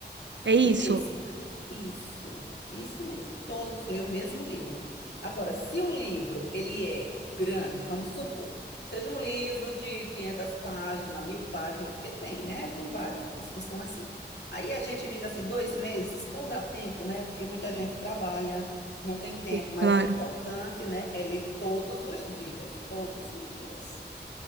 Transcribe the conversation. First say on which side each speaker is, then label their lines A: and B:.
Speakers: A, on the right (about 85°); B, on the left (about 75°).
A: É isso?
B: O mesmo. Isso, isso mesmo. Todos leem o mesmo livro. Agora, se o livro ele é grande, vamos supor, seja um livro de 500 páginas, mil páginas, porque tem, né? Tem vários que são assim. Aí a gente diz assim, dois meses para dar tempo, né? Porque muita gente trabalha, não tem tempo,
A: Sim,
B: mas
A: claro.
B: o importante, né, é ler todos os dias, todos os dias.